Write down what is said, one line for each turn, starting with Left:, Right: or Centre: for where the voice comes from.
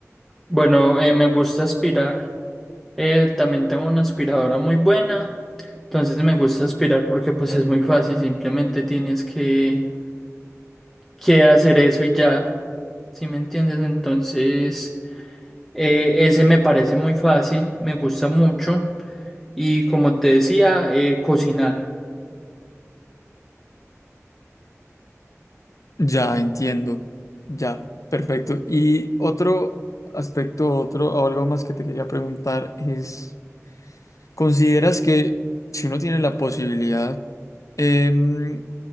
Centre: Bueno, eh, me gusta aspirar. Eh, también tengo una aspiradora muy buena. Entonces me gusta aspirar porque pues es muy fácil, simplemente tienes que, que hacer eso y ya, ¿sí me entiendes? Entonces eh, ese me parece muy fácil, me gusta mucho y como te decía, eh, cocinar.
Left: Ya entiendo, ya, perfecto. Y otro aspecto, otro, o algo más que te quería preguntar es, ¿consideras que si uno tiene la posibilidad, em,